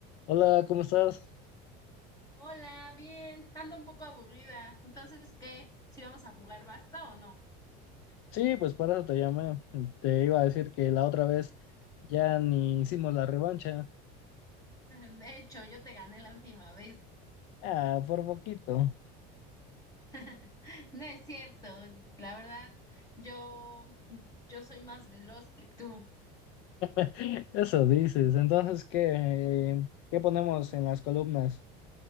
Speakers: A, on the left; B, on the left.
A: Hola, ¿cómo estás?
B: Hola, bien, ando un poco aburrida. Entonces, ¿qué? ¿Si vamos a jugar basta o no?
A: Sí, pues para eso te llamé. Te iba a decir que la otra vez ya ni hicimos la revancha.
B: <laughs> De hecho, yo te gané la última vez.
A: Ah, por poquito.
B: <laughs> No es cierto, la verdad, yo, yo soy más veloz que tú.
A: <laughs> Eso dices. Entonces, ¿qué, qué ponemos en las columnas?